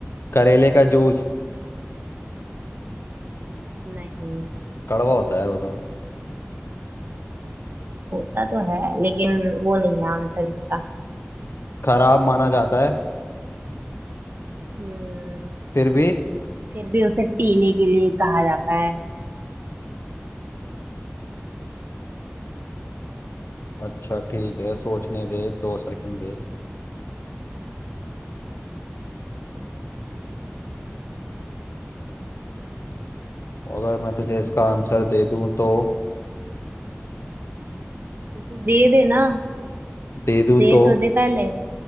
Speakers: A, on the left (about 75°); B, on the right (about 55°).
A: करेले का जूस
B: नहीं
A: कड़वा होता है यार वो तो
B: होता तो है लेकिन वो नहीं है आंसर इसका
A: खराब माना जाता है
B: हम्म
A: फिर भी
B: फिर भी उसे पीने के लिए कहा जाता है
A: अच्छा ठीक है सोचने दे दो सेकंड दे अगर मैं तुझे इसका आंसर दे दूं तो
B: तो दे देना
A: दे दूं
B: दे
A: तो
B: तो दे पहले